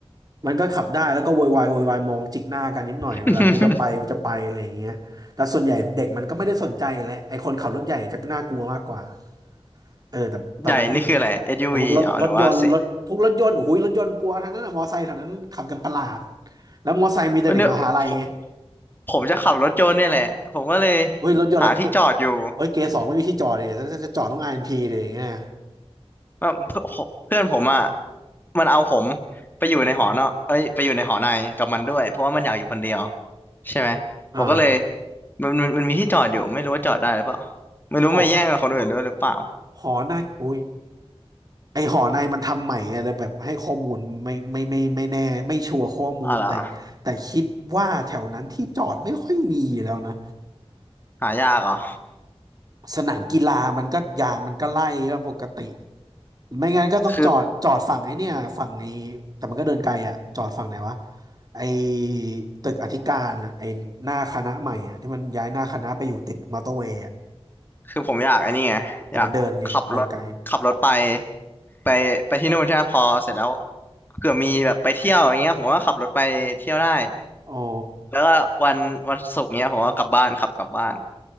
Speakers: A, on the right (about 40°); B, on the left (about 20°).
A: มันก็ขับได้แล้วก็โวยวายโวยวายมองจิกหน้ากันนิดหน่อยเวลากูจะไปกูจะไปอะไรอย่างเงี้ยแต่ส่วนใหญ่เด็กมันก็ไม่ได้สนใจอยู่แล้วไอ้คนขับรถใหญ่จะน่ากลัวมากกว่า
B: <laughs>
A: เออแต่ตอนนั้นพี่
B: ใหญ่นี่คืออะไรเอสยูวีอ๋อหรือว่าสิ
A: เรียกว่ารถรถยนต์รถพวกรถยนต์โอ้โหรถยนต์กลัวทั้งนั้นอะมอไซค์แถวนั้นขับกันประหลาดแล้วมอไซค์มีแต่เด็กมหาลัยไง
B: เนี่ยผมผมจะขับรถยนต์เนี่ยแหละผมก็เลย
A: เฮ้ยรถยนต์แล้วเก
B: หาที่จอดอยู่
A: เฮ้ยเกสองไม่มีที่จอดเลยถ้าจะจอดต้องไอเอ็นพีเลยอย่างเงี้ย
B: ว่า <laughs> เพื่อนเพื่อนผมอ่ะมันเอาผมไปอยู่ในหอนอกเอ้ยไปอยู่ในหอในกับมันด้วยเพราะว่ามันอยากอยู่คนเดียวใช่ไหมผมก็เลย
A: อ่า
B: มันมันมันมีที่จอดอยู่ไม่รู้ว่าจอดได้หรือเปล่าไม่รู้ไปแย่งกับคนอื่นด้วยหรือเปล่า
A: หอหอในอุ้ยไอหอในมันทำใหม่ไงเลยแบบให้ข้อมูลไม่ไม่ไม่ไม่แน่ไม่ชัวร์ข้อมูลแต่แต่คิดว่าแถวนั้นที่จอดไม่ค่อยมีแล้วนะ
B: อะไรอหายากเหรอ
A: สนามกีฬามันก็ยามมันก็ไล่ว่าปกติไม่งั้นก็ต้องจอดจอดฝั่งไอ้เนี่ยฝั่งนี้แต่มันก็เดินไกลอะจอดฝั่งไหนวะ
B: คือ
A: ไอ้ตึกอธิการอะไอ้หน้าคณะใหม่อะที่มันย้ายหน้าคณะไปอยู่ติดมอเตอร์เวย์อะ
B: คือผมอยากไอ้นี่ไงอยากขับรถขับรถไป
A: แต่มันเดินไงเดินไกล
B: ไปไปที่นู่นใช่ไหมพอเสร็จแล้วเผื่อมีแบบไปเที่ยวอย่างเงี้ยผมก็ขับรถไปเที่ยวได้
A: อ๋อ
B: แล้วก็วันวันศุกร์เงี้ยผมก็กลับบ้านขับกลับบ้าน